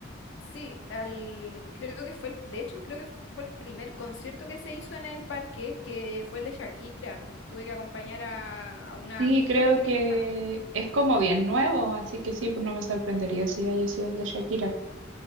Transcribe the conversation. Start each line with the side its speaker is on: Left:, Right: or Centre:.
Left: sí, al, creo que fue, el- de hecho, creo que fue el primer concierto que se hizo en el parque, que fue el de Shakira. Tuve que acompañar a, a una
Right: Sí,
Left: amiga
Right: creo
Left: que
Right: que
Left: le gusta.
Right: es como bien nuevo, así que sí, pues no me sorprendería si haya sido el de Shakira.